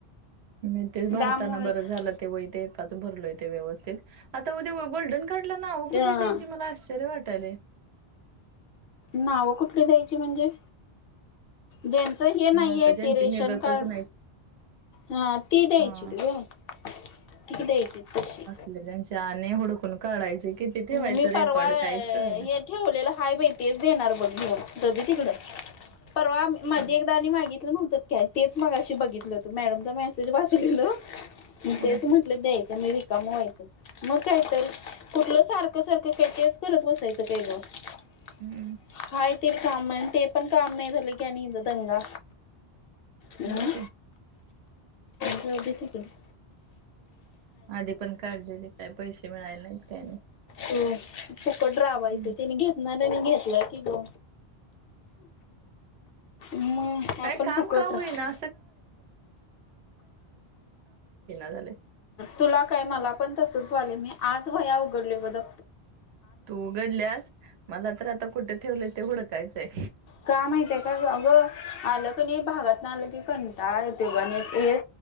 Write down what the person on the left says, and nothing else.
त्यामुळेच
अ
नाव कुठली द्यायची म्हणजे ज्यांचं हे नाहीये
ते रेशन
कार्ड
हा ती द्यायची
तुझ त द्यायची तशी
मी
परवा
हे
ठेवलेलं हाय माहि तेच देणार बघड दध तिकड परवा माधी
एकदा आ्ही मागितलं नव्हतं काय तेच मग अशी बघितलं होतं मॅडम ज मा म वाचलेलं
तेच म्हटलं द्यायचं म रिकाम वयचं मग कायत कुठलं सारखं सारखं खतीच करत बसायचं ते ग काय ग
हायते काम ते पण काम नाही झाले कीथ दंगा हम्म
जाऊदे तीकड
हो फुकट रावायचं
त्याने घेतणार घेतलंय की ग मग आपण
फुकट
राह
तुला काय मला पण तसच वाले मी आज वया उघडले बदं
का माहितय का अ गं आलं क नाही भागात नाही आलं की कंता तेव्हा हे